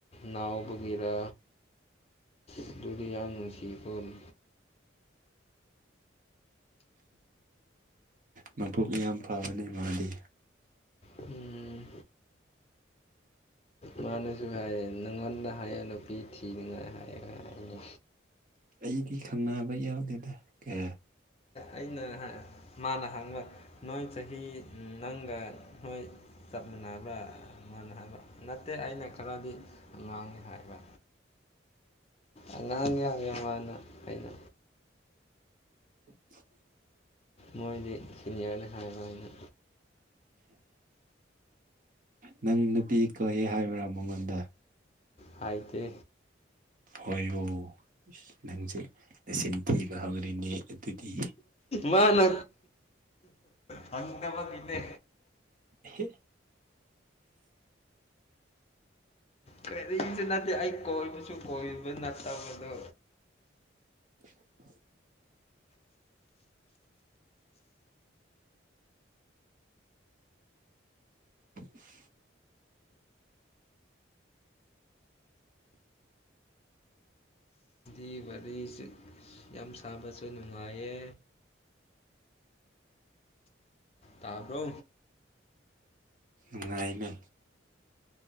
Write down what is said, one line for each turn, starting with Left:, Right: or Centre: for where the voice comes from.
Left: ꯂꯥꯥꯎꯕꯒꯤꯔ ꯑꯗꯨꯗꯤ ꯌꯥꯝ ꯅꯨꯡꯁꯤꯕ ꯑꯣꯏ
Right: ꯃꯕꯨꯛ ꯌꯥꯝ ꯐꯕꯅꯦ ꯃꯥꯗꯤ
Left: ꯎꯝ ꯃꯥꯅꯁꯨ ꯍꯥꯏꯌꯦ ꯅꯪꯉꯟꯅ ꯍꯥꯏꯌꯦ ꯅꯨꯄꯤ ꯊꯤꯅꯤꯡꯉꯥꯏ ꯍꯥꯏꯌꯦꯒ ꯍꯥꯏꯅꯤ
Right: ꯑꯩꯗꯤ ꯈꯟꯅꯕ ꯌꯥꯎꯗꯦꯗ ꯀꯦ
Left: ꯑꯩꯅ ꯃꯥꯅ ꯍꯥꯡꯕ ꯅꯣꯏ ꯆꯍꯤ ꯅꯪꯒ ꯅꯣꯏ ꯆꯞ ꯃꯥꯟꯅꯕ꯭ꯔ ꯃꯥꯅ ꯍꯥꯏꯕ ꯅꯠꯇꯦ ꯑꯩꯅ ꯈꯔꯗꯤ ꯉꯥꯡꯉꯤ ꯍꯥꯏꯕ ꯑꯉꯥꯡ ꯌꯥꯝ ꯌꯥꯝ ꯋꯥꯅ ꯑꯩꯅ
Right: <inaudible>
Left: ꯃꯣꯏꯗꯤ ꯁꯤꯅꯤꯌꯔꯅꯤ ꯍꯥꯏꯕ ꯑꯩꯅ
Right: ꯅꯪ ꯅꯨꯄꯤ ꯀꯧꯌꯦꯦ ꯍꯥꯏꯕ꯭ꯔꯥ ꯃꯉꯣꯟꯗ
Left: ꯍꯥꯏꯗꯤ
Right: ꯍꯣꯏꯕꯨ ꯅꯪꯁꯦ ꯑꯁꯤꯆꯤꯟ ꯊꯤꯕ ꯍꯧꯂꯤꯅꯦ ꯑꯗꯨꯗꯤ
Left: ꯃꯥꯅ ꯐꯪꯗꯕ ꯄꯤꯗ
Right: ꯍ
Left: ꯀꯔꯤꯔꯤꯁꯨ ꯅꯠꯇꯦ ꯑꯩ ꯀꯣꯏꯕꯁꯨ ꯀꯣꯏꯕ ꯅꯠꯇꯕꯗꯣ
Right: <inaudible> <unintelligible>
Left: ꯑꯩꯒꯤ ꯋꯥꯔꯤꯁꯤ ꯌꯥꯝ ꯁꯥꯕꯁꯨ ꯅꯨꯡꯉꯥꯏꯌꯦ ꯇꯥꯕ꯭ꯔꯣ
Right: ꯎꯉꯥꯏꯅꯦ